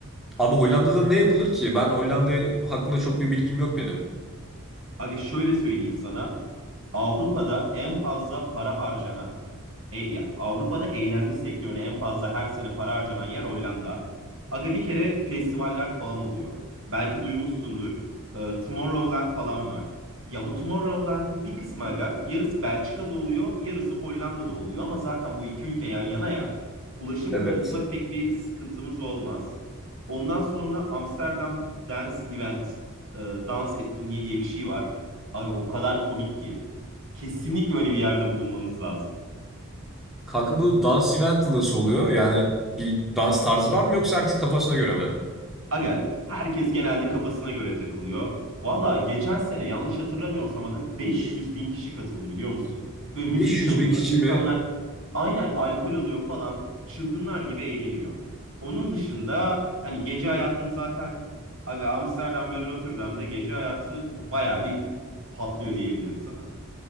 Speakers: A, in the centre; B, on the right.
A: Abi Hollanda'da ne yapılır ki? Ben Hollanda hakkında çok bir bilgim yok benim.
B: Aga şöyle söyleyeyim sana. Avrupa'da en fazla para harcanan E, ya Avrupa'da eğlence sektörüne en fazla her sene para harcanan yer Hollanda. Aga bir kere festivaller falan oluyor. Belki duymuşsundur. Ee, Tomorrowland falan var. Ya bu Tomorrowland'in bir kısmı aga yarısı Belçika'da oluyor, yarısı Hollanda'da oluyor ama zaten bu iki ülke yan yana ya. Ulaşım
A: Evet.
B: konusunda pek bir sıkıntımız olmaz. Ondan sonra Amsterdam Dance Event, e, dans etkinliği diye bir şey var. Aga o kadar komik ki. Kesinlikle öyle bir yerde bulunmamız lazım.
A: Kanka bu dans eventi nasıl oluyor? Yani bir dans tarzı var mı yoksa herkes kafasına göre mi?
B: Aga herkes genelde kafasına göre takılıyor. Valla geçen sene yanlış hatırlamıyorsam aga 500 bin kişi katıldı biliyor musun? Böyle
A: 500
B: müzik çalıyor.
A: bin kişi
B: insanlar
A: mi?
B: aynen alkol alıyor falan. Çılgınlar gibi eğleniyor. Onun dışında hani gece hayatını zaten aga Amsterdam ve Rotterdam'da gece hayatı baya bir patlıyor diyebilirim sana.